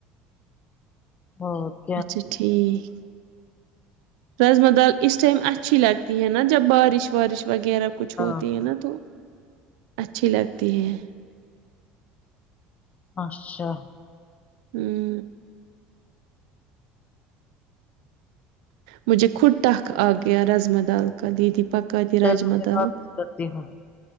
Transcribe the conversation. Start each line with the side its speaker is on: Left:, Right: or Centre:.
Left: ہاں
Right: اچھا ٹھیک رجما دال اس ٹائم اچھی لگتی ہے نا جب بارش وارش وغیرہ کچھ
Left: ہاں
Right: ہوتی ہے نا تو اچھی لگتی ہیں
Left: اچھا
Right: ہمم مجھے خود تٹخ آ گیا رازما دال کا دیدی پکا دی
Left: چلو
Right: راجما
Left: میں
Right: دال
Left: واپس کرتی ہوں